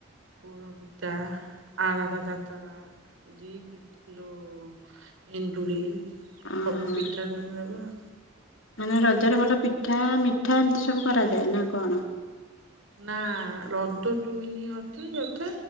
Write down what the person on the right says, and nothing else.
ପିଠା ଆରସା କାକରା। ଘି ଯେଉଁ ଏଣ୍ଡୁଳି
ସବୁ ପିଠା କରି ନେବେ ଆଉ
ନା ରଦ ଚୁଇନି ଅଛି ଯେତେ